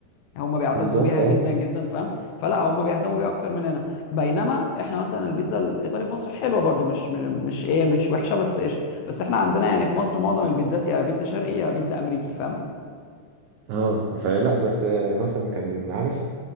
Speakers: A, on the left (about 70°); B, on the right (about 80°).
A: هم بيعتزوا
B: بالظبط
A: بيها
B: اه
A: جدا جدا فاهم فلا هم بيهتموا بيها اكتر مننا بينما احنا مثلا البيتزا الايطالي في مصر حلوه برضو مش مش مش ايه مش وحشه بس قشطه بس احنا عندنا يعني في مصر معظم البيتزات يا بيتزا شرقي يا بيتزا امريكي فاهم
B: اه فلا بس آه، مثلا كان عارف